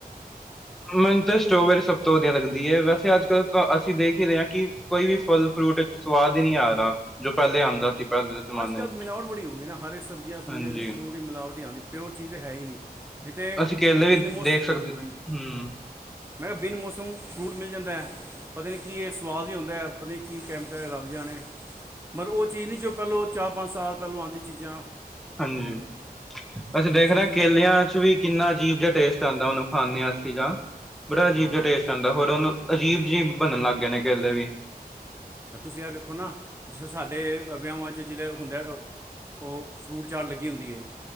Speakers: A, in the centre; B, on the right.
A: ਮੈਨੂੰ ਤਾਂ ਸਟ੍ਰੋਬੇਰੀ ਸਭ ਤੋਂ ਵਧੀਆ ਲੱਗਦੀ ਹੈ। ਵੈਸੇ ਅੱਜ ਕੱਲ੍ਹ ਤਾਂ ਅਸੀਂ ਦੇਖ ਹੀ ਰਹੇ ਹਾਂ ਕਿ ਕੋਈ ਵੀ ਫੱਲ - ਫਰੂਟ ਚ ਸਵਾਦ ਈ ਨੀ ਆਰਾ ਜੋ ਪਹਿਲੇ ਆਂਦਾ ਸੀ। ਪਹਿਲੇ ਦੇ ਜ਼ਮਾਨੇ
B: ਅੱਜ - ਕੱਲ੍ਹ
A: 'ਚ,
B: ਮਿਲਾਵਟ ਬੜੀ ਹੋ ਗਈ। ਨਾ ਹਰੇ ਸਬਜ਼ੀਆਂ ਸੁਬਜ਼ੀਆਂ
A: ਹਾਂਜੀ।
B: ਫਰੂਟ ਦੀ ਮਿਲਾਵਟਹੀ ਆਂ ਪਿਓਰ ਚੀਜ਼ ਤਾਂ ਹੈ ਹੀ ਨਹੀਂ। ਇੱਥੇ
A: ਅਸੀਂ ਕੇਲੇ
B: ਬਿਨਮੁਸਨ
A: ਵੀ ਦੇਖ ਸਕਦੇ
B: ਹਾਂਜੀ।
A: ਹੂੰ,
B: ਮੈਂ ਬਿਨ ਮੌਸਮ ਫਰੂਟ ਮਿਲ ਜਾਂਦਾ ਐ। ਪਤਾ ਨੀ ਕੀ ਇਹ ਸਵਾਦ ਈ ਹੁੰਦੈ ਪਤਾ ਨੀ। ਕੀ ਕੈਮ ਰੱਬ ਜਾਣੇ ਮਗਰ ਉਹ ਚੀਜ਼ ਨੀਂ ਚੁੱਪ ਪਹਿਲੋਂ ਚਾਰ ਪੰਜ ਸਾਲ ਪਹਿਲਾਂ ਆਂਦੀ ਚੀਜ਼ਾਂ।
A: ਹਾਂਜੀ। ਅਸੀਂ ਦੇਖ
B: ਹੁਣ ਤੁਸੀਂ
A: ਰਹੇਾਂ
B: ਤੁਸੀਂ
A: ਕੇਲਿਆਂ
B: ਵੇਖ
A: ਚ ਵੀ। ਕਿੰਨਾ ਅਜੀਬ ਜਿਹਾ ਟੇਸਟ ਆਉਂਦਾ ਉਹਨੂੰ ਖਾੰਦੇ ਹਾਂ ਅਸੀਂ ਬੜਾ ਅਜੀਬ
B: ਹਾਂ
A: ਜਿਹਾ
B: ਹਾਂ
A: ਟੇਸਟ ਆਉਂਦਾ। ਹੋਰ ਉਹਨੂੰ ਅਜੀਬ ਅਜੀਬ ਬਣਨ ਲੱਗ ਗਏ ਨੇ <unintelligible> ਵੀ।
B: ਤੁਸੀਂ ਆ ਵੇਖੋ ਨਾ ਜਿਸ ਸਾਡੇ ਵਿਆਹਾਂ ਜਿਹ ਹੁੰਦਾ। ਉਹ ਫਰੂਟ - ਚਾਟ ਲੱਗੀ ਹੁੰਦੀ ਹੇ।